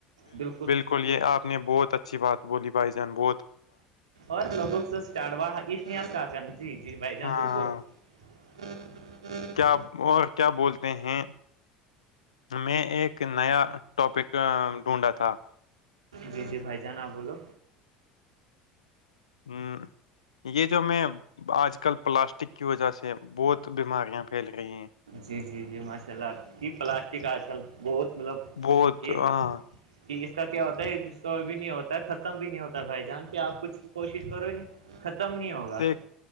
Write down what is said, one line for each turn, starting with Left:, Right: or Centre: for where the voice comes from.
Right: بالکل
Left: کو لیے آپ نے بہت اچھی بات بولی بھائی جان بول
Right: اور لوگوں سے جی جی بھائی جان
Left: ہاں
Right: بالکل <inaudible>
Left: کیا اور کیا بولتے ہیں میں ایک نیا ٹاپک ڈھونڈا تھا
Right: جی جی بھائی جان اپ بولو
Left: ہمم یہ جو میں آج آج کل پلاسٹک کی وجہ سے بہت بیماریاں پھیل رہی ہیں
Right: جی جی جی ماشاء اللہ کہ پلاسٹک آج کل بہت مطلب
Left: بہت
Right: کہ
Left: ہاں
Right: کہ اس کا کیا ہوتا ہے ڈسٹرائ بھی نہیں ہوتا ہے ختم بھی نہیں ہوتا بھائی جان کے آپ کچھ کوشش کرو یہ ختم نہیں ہوگا
Left: دیکھ